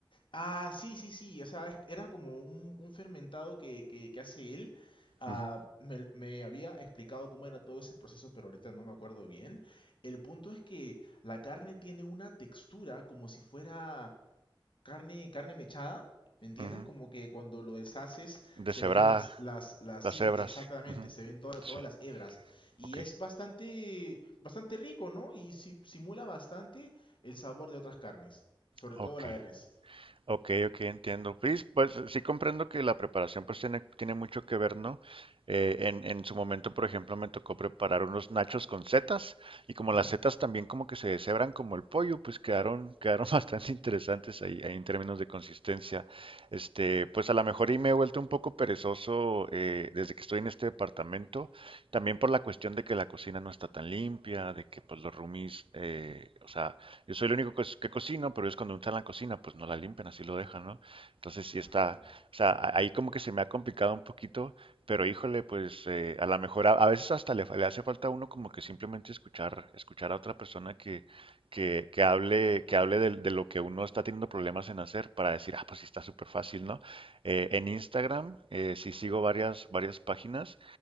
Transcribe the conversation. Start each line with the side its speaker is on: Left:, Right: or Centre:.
Left: Ah, sí, sí, sí. O sea, es- era como un, un fermentado que, que, que hace él. Ah,
Right: Ujú,
Left: me, me había explicado cómo era todo ese proceso, pero ahorita no me acuerdo bien. El punto es que la carne tiene una textura como si fuera carne, carne mechada. ¿Me entiendes?
Right: ujú.
Left: Como que cuando lo deshaces
Right: Deshebrada,
Left: se ven las, las, las,
Right: las
Left: sí,
Right: hebras.
Left: exactamente,
Right: ujú.
Left: se ven toda-
Right: Sí,
Left: todas las hebras. Y
Right: ok,
Left: es bastante, bastante rico, ¿no? Y si- simula bastante el sabor de otras carnes, sobre
Right: ok.
Left: todo la de res.
Right: Ok, ok, entiendo. Pues, pues sí comprendo que la preparación pues tiene, tiene mucho que ver, ¿no? Eh, en, en su momento, por ejemplo, me tocó preparar unos nachos con setas y como
Left: <laughs>
Right: las setas también como que se deshebran como el pollo, pues quedaron, quedaron <laughs> bastante interesantes ahí, ahí en términos de consistencia. Este, pues a lo mejor y me he vuelto un poco perezoso eh, desde que estoy en este departamento, también por la cuestión de que la cocina no está tan limpia, de que pues los roomies, eh, o sea yo soy el único que, que cocino, pero ellos cuando no están en la cocina, pues no la limpian, así lo dejan, ¿no? Entonces
Left: Claro.
Right: sí está, o sea, a- ahí como que se me ha complicado un poquito, pero híjole, pues eh, a lo mejor a, a veces hasta le, fa- le hace falta a uno como que simplemente escuchar, escuchar a otra persona que, que, que hable, que hable de, de lo que uno está teniendo problemas en hacer para decir, ah, pues sí está súper fácil, ¿no? Eh, en Instagram eh, sí sigo varias, varias páginas.